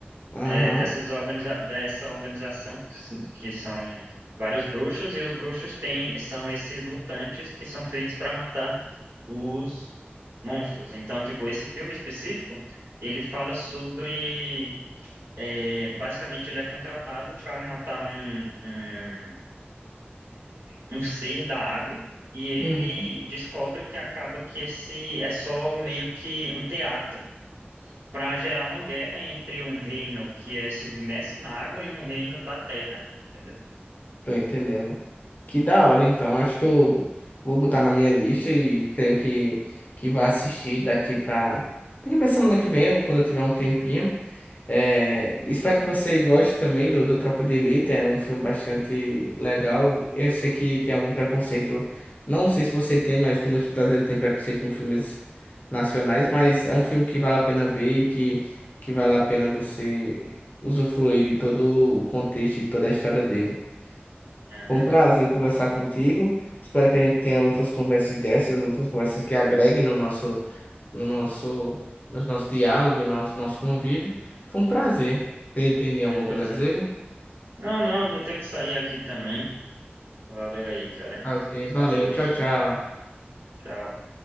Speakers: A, on the left; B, on the right.
A: Aham.
B: é, dessas organiza, dessa organização que, s- que são vários bruxos, e os bruxos têm, são esses mutantes que são feitos para matar os monstros. Então, tipo, esse filme específico, ele fala sobre, é, basicamente, ele é contratado para matar um um um ser da água e ele
A: Uhum.
B: descobre que acaba que esse é só meio que um teatro para gerar uma guerra entre um reino que é submerso na água e um reino da terra, entendeu?
A: Tô entendendo. Que da hora, então. Acho que eu vou botar na minha lista e creio que, que vai assistir daqui pra. Daqui pra semana que vem, ou quando eu tiver um tempinho. É, espero que você goste também do, do Tropa de Elite, é um filme bastante legal. Eu sei que tem algum preconceito, não sei se você tem, mas tem muitos brasileiros que têm preconceito com filmes nacionais, mas é um filme que vale a pena ver e que, que vale a pena você usufruir de todo o contexto e toda a história dele.
B: Aham,
A: Foi um prazer conversar contigo. Espero que a gente tenha outras conversas dessas, outras conversas que agreguem no nosso, no nosso, no nosso diálogo e nosso, nosso convívio. Foi um prazer. Tem, tem
B: beleza.
A: alguma coisa a dizer?
B: Não, não, eu vou ter que sair aqui também. Valeu aí, cara.
A: Ok,
B: Falou.
A: valeu. Tchau, tchau.
B: Tchau.